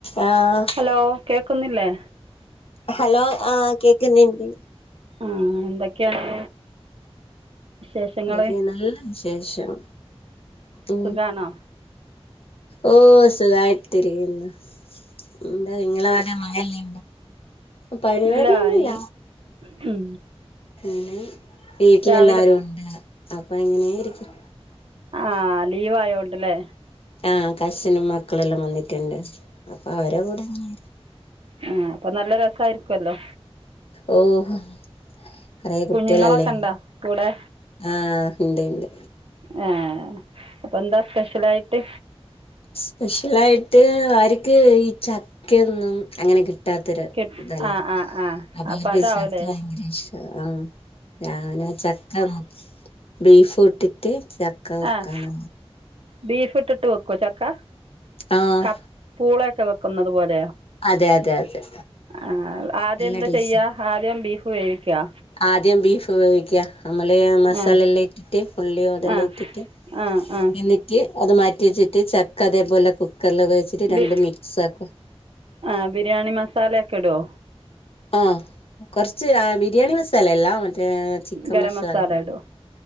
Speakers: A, on the left; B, on the right.
A: ആഹ്
B: hello കേക്കുന്നില്ലേ
A: hello ആഹ് കെകുന്നുണ്ട്
B: ആഹ എന്തൊക്കെയാണ് വിശേഷങ്ങള്
A: എന്ത് നല്ല വിശേഷം ഉ
B: സുഖാണോ
A: ഓ സുഗമായിട്ടിരിക്കുന്നു എന്താ നിങ്ങള അവിടെ മഴ അല്ലെ പരിപാടിയൊന്നുല്ല
B: ഇല്ല ഇന്ന് ഉം
A: പിന്നെ വീട്ടിലെല്ലാരും
B: രാവിലെ
A: ഉണ്ട് അപ്പൊ എങ്ങനെയിരിക്കും
B: ആ ലീവായോണ്ട്ലെ
A: ആ കസിനും മക്കളെല്ലാം വന്നിട്ട്ണ്ട് അപ്പൊ അവരെ കൂടെങ്ങന
B: ആ അപ്പൊ നല്ല രസായിരിക്കുവല്ലോ
A: ഓ കൊറ കൊറെകുട്ടിളല്ലേ
B: കുഞ്ഞുങ്ങളൊക്കെ ഇണ്ടോ കൂടെ
A: ആ ഇണ്ട്ണ്ട്
B: ഏ അപ്പൊ എന്താ സ്പെഷ്യലായിട്ട്
A: സ്പെഷ്യലായിട്ട് അവര്ക്ക് ഈ ചക്കെ ന്നും അങ്ങനെ കിട്ട് ട്ടാത്തൊരു
B: കിട്
A: ഇതല്ല
B: ആഹ് ആഹ് ആഹ്
A: അപ്പൊ അവര്ക്ക്
B: അതാവുല്ലേ
A: വ യങ്കര ഇഷ്ട ആ ഞാൻ പിന്നെ ചക്ക ബീഫു ഇട്ടിട്ട് ചക്ക വെക്കാന്ന്
B: ആഹ് ബീഫ് ഇട്ടിട്ട് വെക്കു ചക്ക
A: ആഹ്
B: ക പൂളയൊക്കെ വെക്ക്ന്നതു പോലെയൊ
A: അതെ അതെ അതെ
B: ആ ആദ്യം
A: നല്ല
B: എന്താ
A: ടേസ്റ്റ്
B: ചെയ്യാ ആദ്യം ബീഫ് വേവിക്കാ
A: ആദ്യം ബീഫ് വേവിക്ക നമ്മ ല്ലെയാ മസാലെല്ലാ
B: ആ
A: ഇട്ടിട്ട് ഉള്ളി യൊ അതെല്ലാ
B: ആ
A: ഇട്ടിട്ട്
B: ആ ആ
A: എന്നിട്ട് അത് മാ റ്റിച്ചിട്ട് ചക്ക അതേപോലെ കുക്കറില് വേവിച്ചിട്ട്
B: ബി
A: രണ്ടും മിക്സ് ആക്ക്
B: ആ ബിരിയാണി മസാലയൊക്കെ ഇടോ
A: ആ കൊറച്ച് ആ ബിരിയാണി മസാലയല്ല മറ്റേ ചിക്കൻ
B: ഗരം
A: മസാല
B: ഇടുവോ